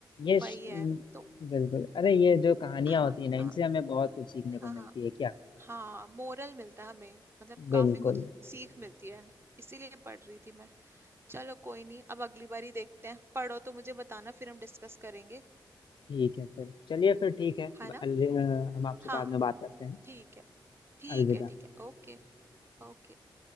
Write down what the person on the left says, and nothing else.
ये श-
म,
बिल्कुल अरे ये जो कहानियां
होती है ना इनसे
हमें बहुत कुछ सीखने को
मिलती
है क्या
बिल्कुल
ठीक है फिर चलिए फिर ठीक है
ब-
अल- अ, हम आपसे
बाद में बात करते हैं
अलविदा